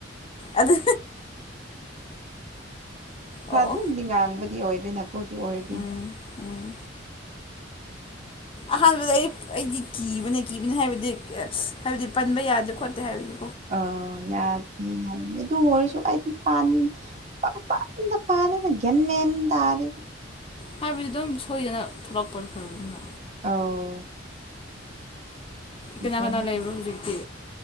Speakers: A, on the left; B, on the right.
A: ꯑꯗꯨ ꯑꯣ
B: ꯑꯗꯨꯝꯗꯤ ꯉꯥꯡꯕꯗꯤ ꯑꯣꯏꯗ꯭ꯔꯦ ꯅꯥꯀꯣꯗꯤ ꯑꯣꯏꯔꯗꯤ
A: ꯎꯝ ꯎꯝ ꯑꯍꯥꯟꯕꯗ ꯑꯩ ꯑꯩꯗꯤ ꯀꯤꯕꯅꯦ ꯀꯤꯕꯅꯦ ꯍꯥꯏꯕꯗꯤ ꯍꯥꯏꯕꯗꯤ ꯄꯟꯕ ꯌꯥꯗꯦ ꯈꯣꯠꯇꯦ ꯍꯥꯏꯕꯒꯤ
B: ꯑ ꯌꯥꯗꯤ ꯍꯥꯏꯃꯅꯦ ꯑꯗꯨ ꯑꯣꯏꯔꯁꯨ ꯑꯩꯗꯤ ꯄꯥꯜꯂꯤ ꯄꯪꯄꯥꯟꯗ ꯄꯥꯟ ꯇꯗꯇꯗ ꯒ꯭ꯌꯥꯟꯃꯦꯟ ꯇꯥꯗꯦ
A: ꯍꯥꯏꯕꯗꯤ ꯑꯗꯨꯝ ꯁꯣꯏꯗꯅ ꯊꯣꯛꯂꯛꯄ ꯈ꯭ꯔꯕ ꯑꯗꯨꯝꯅ
B: ꯑꯧ ꯃꯇꯣꯝꯇꯗꯤ
A: ꯀꯅꯥ ꯀꯅꯥ ꯂꯩꯕ꯭ꯔꯣ ꯍꯧꯖꯤꯛꯇꯤ